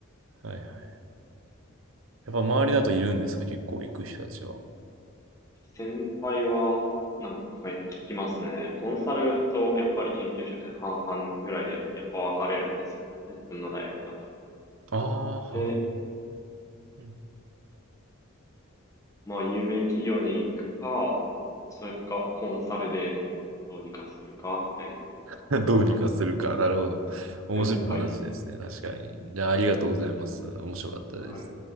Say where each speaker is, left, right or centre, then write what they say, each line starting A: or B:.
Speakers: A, on the right; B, on the left.
A: はいはい。やっぱ周りだといるんですか、結構行く人たちは。
B: 先輩は、なんか聞きますね。コンサルとやっぱり研究職で半々ぐらいでやっぱ分かれるんですよ。日本の大学だと。
A: ああ、
B: で、
A: は。うん
B: まあ有名企業に行くか、それかコンサルでどうにかするかみたいな
A: <laughs> どうにかするか。
B: 感じ
A: なるほど。面白い話ですね、
B: 先輩。
A: 確かに。じゃあ、ありがとうございます。面白かったです。
B: はい。